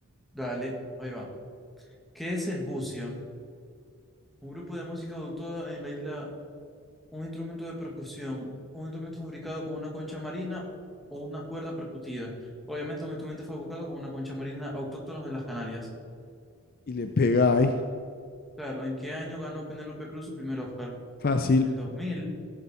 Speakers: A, in the centre; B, on the left.
A: Dale, ahí va. ¿Qué es el bucio? Un grupo de música adoptada en la isla, un instrumento de percusión, un instrumento fabricado con una concha marina o una cuerda percutida. Obviamente un instrumento fabricado con una concha marina autóctona de las Canarias.
B: Y le pegáis.
A: Claro, ¿en qué año ganó Penélope Cruz su primer Oscar?
B: Fácil,
A: En el 2000,